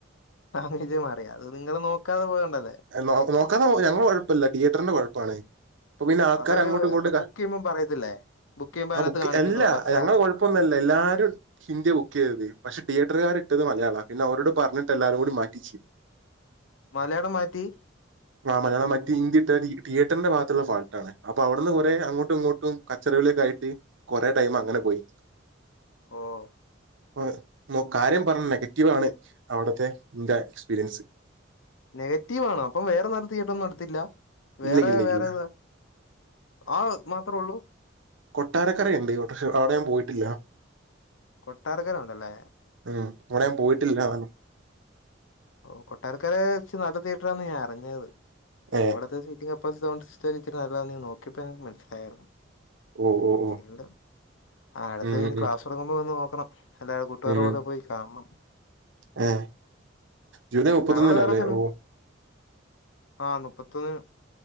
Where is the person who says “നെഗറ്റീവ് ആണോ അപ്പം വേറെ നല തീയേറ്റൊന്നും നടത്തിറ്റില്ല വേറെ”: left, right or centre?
Left